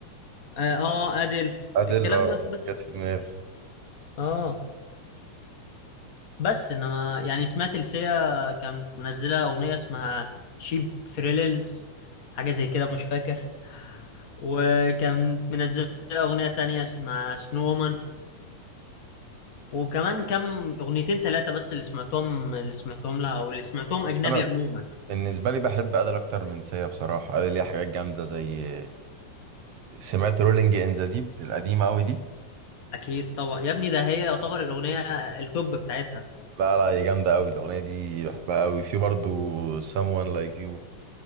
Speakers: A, on the left (about 60°); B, on the right (about 65°).
A: اه, آه ادل
B: ادل
A: الكلام
B: اه
A: ده بس
B: جت في دماغي
A: اه بس انما يعني سمعت لسيا كانت منزلة اغنية اسمها شيب ثريلز حاجة زي كده مش فاكر وكانت منزلة اغنية تانية اسمها سنومان وكمان كم اغنيتين ثلاثه بس اللي سمعتهم اللي سمعتهم لها او اللي سمعتهم اجنبي
B: بس انا
A: عموما
B: بالنسبة لي بحب ادل اكتر من سيا بصراحة ادل ليها حاجات جامدة زي سمعت رولينج ان ذا ديب القديمة قوي دي
A: اكيد طبعا يا ابني ده هي يعتبر الاغنيه التوب بتاعتها
B: لا لا هي جامدة قوي الاغنية دي بحبها قوي في برضه someone like you